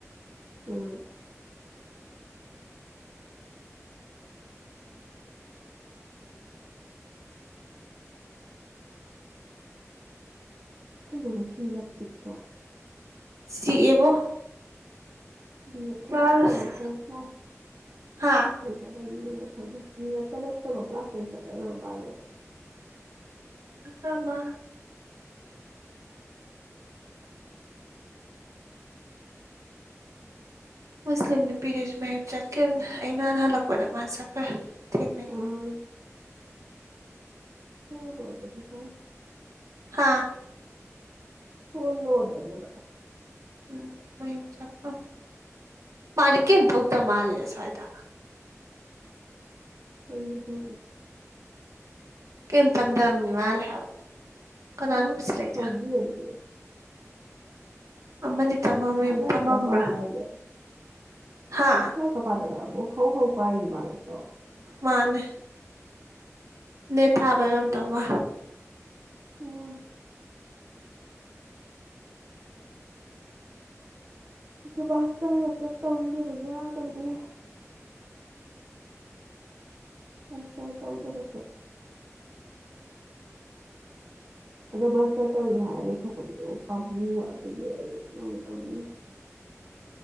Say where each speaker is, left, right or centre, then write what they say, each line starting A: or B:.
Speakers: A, on the right (about 50°); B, on the right (about 75°).
A: ꯎꯝ ꯀꯩꯅꯣ ꯉꯁꯤ ꯌꯥꯝ ꯆꯤꯛꯇ꯭ꯔꯥ
B: ꯆꯤꯛꯑꯦꯕꯣ
A: ꯃꯤ ꯑꯝꯇ
B: ꯀ꯭ꯂꯥꯁ
A: ꯂꯩꯇ꯭ꯔꯕꯣ <unintelligible>
B: ꯍꯥ
A: ꯑꯣꯏꯅ ꯐꯪ ꯃꯤ ꯑꯝꯇ ꯂꯩꯇ꯭ꯔꯕ ꯀ꯭ꯂꯥꯁꯇ ꯆꯠꯅꯔꯣꯏꯔ ꯃꯥꯜꯂꯦꯕ
B: ꯑꯄꯥꯃ ꯃꯨꯁꯂꯤꯝ ꯅꯨꯄꯤꯗꯁꯨ ꯃꯌꯨꯝ ꯆꯠꯀꯦꯅ ꯑ ꯅꯍ ꯍꯜꯂꯛꯄꯗ ꯃꯥꯁꯠ ꯈꯔ ꯊꯦꯡꯅꯩ
A: ꯑꯥ
B: ꯂꯝꯕꯤꯗ
A: ꯍꯒꯗꯤ ꯐꯔ <inaudible>
B: ꯍꯥꯥ
A: ꯍꯜ ꯂꯣꯕꯅꯤꯕ
B: ꯎꯝ ꯃꯌꯨꯝ ꯆꯠ ꯈꯔꯝꯅꯤ ꯃꯥꯗꯤ ꯀꯌꯨꯝ ꯇꯧꯗ ꯃꯥꯅꯤꯂꯁꯥꯏꯗ
A: ꯀꯔꯤꯕꯨ ꯇꯧꯗꯩꯅꫭ
B: ꯀꯔꯤꯝ ꯇꯝꯗꯕ ꯃꯤ ꯃꯥꯜꯂꯦ ꯍꯥꯏꯕ ꯀꯅꯥꯅ
A: ꯑꯣ
B: ꯄꯨꯁꯤꯜꯂꯛꯏꯖ
A: <unintelligible>
B: ꯑꯃꯗꯤꯃꯝ
A: ꯃꯥ ꯂꯥꯏꯔꯤꯛꯀ
B: ꯊꯝꯃꯝꯕ꯭ꯔꯥ
A: ꯄꯥꯗꯥꯏꯅꯦ
B: ꯍꯥ
A: ꯀ ꯄꯗꯦꯕꯕꯨ ꯍꯣ ꯍꯧ ꯄꯥꯏꯗꯤ ꯃꯥꯅꯠꯇꯣ
B: ꯃꯥꯅꯦ ꯅ‌ꯩꯠ ꯊꯥꯕꯔꯝ ꯇꯧꯃ
A: ꯎꯝ ꯑꯩꯁꯨꯕꯁꯇꯂꯞꯛꯇꯞ ꯇꯧꯗꯅꯕ ꯌꯥꯗ꯭ꯔꯕꯅꯤ ꯑꯁ ꯇꯔ ꯇꯧꯗꯕꯁ ꯑꯗꯣ ꯃꯥꯁꯇꯔ ꯇꯧꯏꯦ ꯍꯥꯏꯔ ꯂꯩꯊꯣꯛꯄꯗꯨꯗ ꯑꯃ ꯄꯥꯝꯃꯨ ꯑꯗꯨꯏꯗꯤ ꯔ ꯅꯧꯅ ꯇꯧꯅꯤꯡꯉꯤ